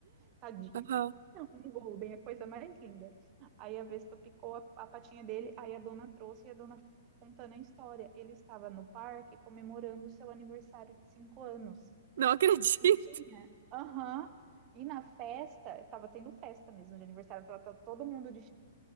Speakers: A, on the right; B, on the right.
A: Tadinho.
B: Aham.
A: Um golden, é a coisa mais linda. Aí a Vespa picou a, a patinha dele, aí a dona trouxe e a dona contando a história. Ele estava no parque comemorando o seu aniversário de cinco anos.
B: Não acredito.
A: E tinha, aham, e na festa, estava tendo festa mesmo de aniversário, tava, tava todo mundo de